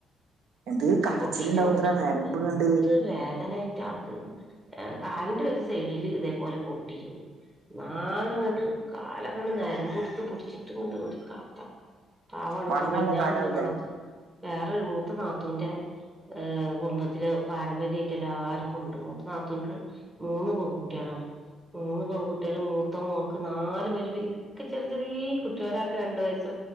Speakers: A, on the right (about 80°); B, on the right (about 20°).
A: എന്ത് കടച്ചിലുണ്ടാവൂത്ര
B: പൊട്ടിട്ട് മുറി
A: നരമ്പ്
B: എന്ത്
A: കണ്ട്
B: വേദനായിട്ട് ആൾക്ക് കാലിന്റെ ഒരു സൈഡില് ഇതേപോലെ പൊട്ടിക്കന്ന് നാഗങ്ങട് കാല അവി നേരമ്പ്ട്ത്ത് പിടിച്ചിട്ടും ങ്ങട്ട് ഒരു കഥ പവാാണ്
A: വണ്ണള്ള
B: ഇപ്പ മിഞ്ഞാന്ന്
A: കാലാവൂലേ
B: ഇപ്പ നാത്തു വേറെ ഒരു മൂത്ത നാത്തുന്റെ ഏ കുടുംബത്തില് പാരമ്പര്യമായിട്ട് എല്ലാർക്കുംണ്ട് മൂത്ത നാത്തൂക്ക് മൂന്ന് പെൺകുട്ടികളാണ് മൂന്ന് പെൺകുട്ടിയാലും മൂ ത്തമോൾക്ക് നാല് വരി വരിക്ക് ചെറിയ ചെറിയ കുട്ടി ഒരാൾക്ക് രണ്ട് വയസ്സ്